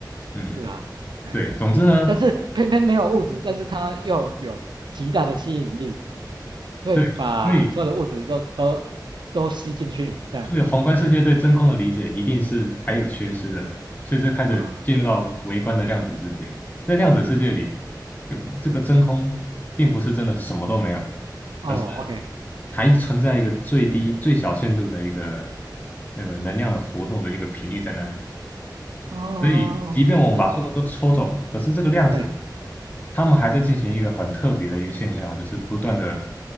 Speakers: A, on the left (about 20°); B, on the right (about 75°).
A: 嗯，
B: 是啊，嗯，
A: 对，总之呢，
B: 但是偏偏没有物质，但是它又有极大的吸引力，会把所有的物质都都都吸进去，
A: 对，所以
B: 这样子是不是？
A: 所以宏观世界对真空的理解一定是还有缺失的，所以这开始进入到微观的量子世界。
B: 啊、
A: 在量子世界里，
B: 嗯，
A: 这个真空并不是真的什么都没有，
B: 对哦，OK，
A: 而是还存在一个最低、最小限度的一个那个能量的活动的一个频率在那里。
B: 哦，
A: 所以，即便我们把所有人都抽走了，
B: 是，
A: 可是这个量子，
B: 对，
A: 他们还在进行一个很特别的一个现象，就是不断的